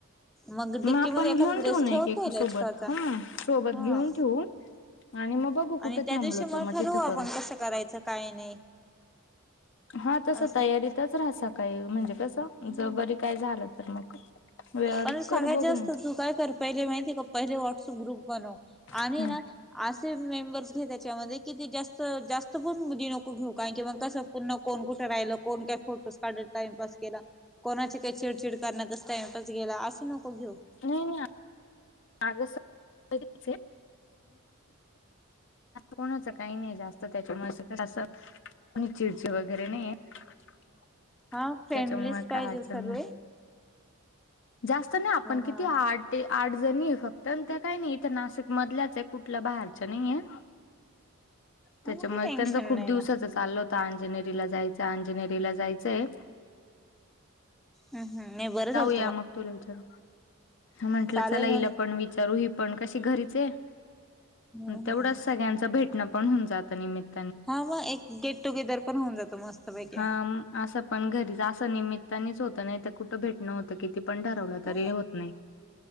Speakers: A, in the centre; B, on the left.
A: मग डिक्की
B: आपण
A: मध्ये एखादा
B: घेऊन
A: ड्रेस
B: ठेवू ना
A: ठेवता
B: एक एक
A: येईल
B: सोबत
A: एक्स्ट्राचा हा.
B: सोबत घेऊन ठेवू. आणि मग बघू कुठे
A: आणि त्या
B: थांबलो
A: दिवशी मला
B: तर मग
A: ठरवू
B: तिथं करू.
A: आपण कसं करायचं काही नाही.
B: हा तसं
A: असं
B: तयारीतच राह सकाळी म्हणजे कसं
A: हम्म
B: जर बरी काय झालं तर मग वेळेवर
A: पण सगळ्यात
B: करू बघू
A: जास्त
B: मग
A: तू काय कर पहिले माहिती का पहिले व्हॉट्सअप ग्रुप बनव आणि
B: हम्म.
A: ना असे मेंबर्स घे त्याच्यामध्ये कि ते जास्त जास्त पण बुदी नको घेऊ कारण की म कसं पुन्हा कोण कुठे राहिलं कोण काही फोटोस काढत टाइमपास केला कोणाचे काही चिडचिड करण्यातच टाइम तच गेला असं नको घेऊ.
B: नाही नाही <unintelligible> <inaudible> असं कोणाचं काही नाही जास्त त्याच्यामुळे. <unintelligible> आणि चिडच वगैरे नाही आहे
A: हा फ्रेंडलीच
B: त्याच्यामुळे
A: पाहिजे
B: काय अडचण
A: सर्व
B: नाय.
A: हा
B: जास्त नाही आपण किती
A: हा
B: आठ ते आठ जणी आहे फक्त त्या काही नाही इथं नाशिक मधल्याच आहे कुठल्या बाहेरच नाहीय. त्याच्यामुळे
A: हा मग काही टेन्शन
B: त्यांचा खूप
A: नाही
B: दिवसाचच
A: ना
B: चाललो होता अंजनेरी ला जायचं अंजनेरी ला जायचंय
A: हम्म हम्म नी बरगल
B: या मग तुला विचारलं म्हटलं
A: चालेल
B: चला हिला
A: मग
B: पण विचारू ही पण कशी घरीच
A: हम्म
B: तेवढच
A: हम्म
B: सगळ्यांचा भेट ना पण होऊ जातं निमित्त.
A: हा मग एक गेट टुगेदर पण होऊन जातो मस्त पैकी.
B: हा असं पण घरीच असं निमित्तानेच होतं नाही तर कुठं भेटणं होतं किती पण ठरवलं
A: हा
B: तरी ये होत नाही.